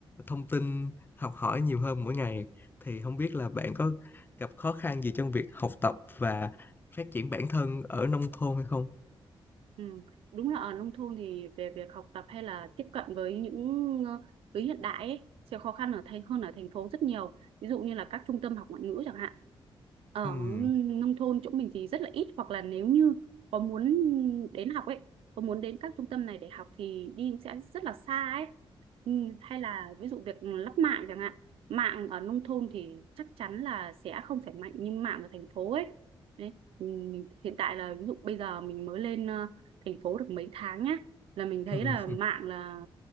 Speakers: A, on the left; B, on the right.
A: thông tin học hỏi nhiều hơn mỗi ngày thì không biết là bạn có gặp khó khăn gì trong việc học tập và phát triển bản thân ở nông thôn hay không
B: Ừ. Đúng là ở nông thôn thì về việc học tập hay là tiếp cận với những ờ, thứ hiện đại ấy, sẽ khó khăn ở thành hơn ở thành phố rất nhiều. Ví dụ như là các trung tâm học ngoại ngữ chẳng hạn. Ở
A: Ừm,
B: nông thôn chỗ mình thì rất là ít hoặc là nếu như có muốn đến học ấy, có muốn đến các trung tâm này để học thì đi cũng sẽ rất là xa ấy. Ừ. Hay là ví dụ việc lắp mạng chẳng hạn. Mạng ở nông thôn thì chắc chắn là sẽ không phải mạnh như mạng ở thành phố ấy. Đấy. Ừ, Mình hiện tại là ví dụ bây giờ mình mới lên ờ, thành phố được mấy tháng nhá là mình thấy
A: ừm,
B: là mạng là